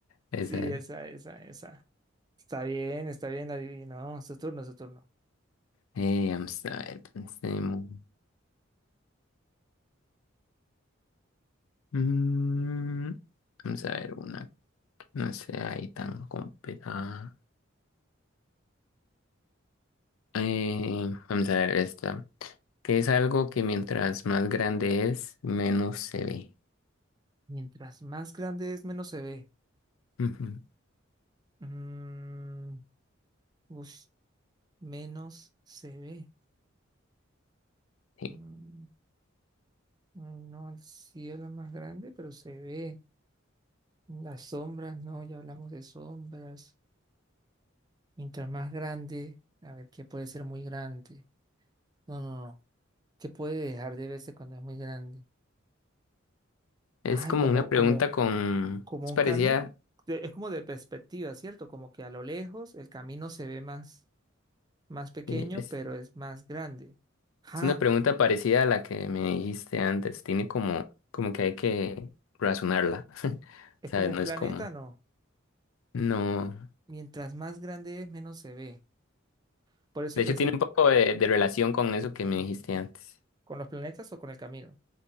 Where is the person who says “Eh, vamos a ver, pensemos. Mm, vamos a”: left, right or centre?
Left